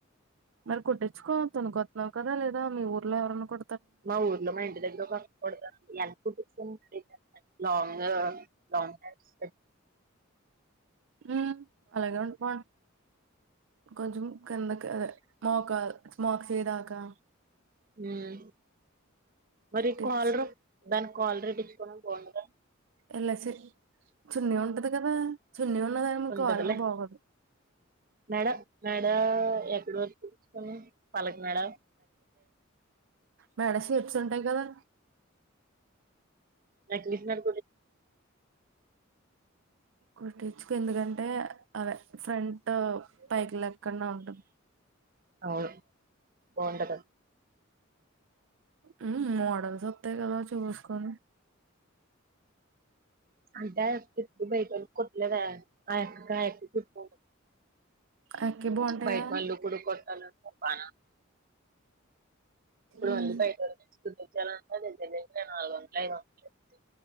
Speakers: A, on the right; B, on the right.
A: మరి కుట్టిచుకో తను కొతున్నావు కదా మీ ఊర్లో ఎవరైన్నా కొ
B: మా ఊర్లో మా ఇంటి దగ్గర ఒక అక్క కడతానంది <inaudible> లాంగ్ లాంగ్ హాండ్స్
A: ఉ అలాగే ఉండిపో కొంచం కిందకి మోకా మొకసేయ్ దాకా
B: హ్మ్ మరి
A: పెట్టించి
B: కోలరు దాని కాలర్ ఎట్టుచ్చుకోవడానికి బాగోదా
A: ఎలసి చున్నీ ఉంటది కదా చున్నీ ఉన్నదని మీకు
B: ఉంటదిలే
A: కాలరు బాగోదు
B: మెడ మెడా ఎక్కడ వరకు కుట్టించుకోను పల్లకి మెడ
A: మెడ షేప్స్ ఉంటాయి కదా
B: నాకు మెషిన్ <inaudible>
A: కుట్టించుకో ఎందుకంటే అవే ఫ్రంట్ పైకి లె క్కన్నా ఉంట
B: అవును బాగుంటది
A: హ్మ్ మోడల్ సత్తే కదా చూసుకొని
B: అంటే ఆ యక్క ఎక్కువ బయటోళ్ళకి కుట్లేదే ఆ ఎక్కకి ఆ యక్కే కుట్టుకుంటుంది
A: అక్కి బాగుంటాయా
B: బయట వాళ్ళు కూడా కొట్టాల బ ఇప్పుడు
A: ఉమ్
B: మళ్ళి బయటోళ్ళకి తెచ్చి కుట్టిచ్చాలన్నా దగ్గర దగ్గర నాలుగు వందలు ఐదు వందలైద్ది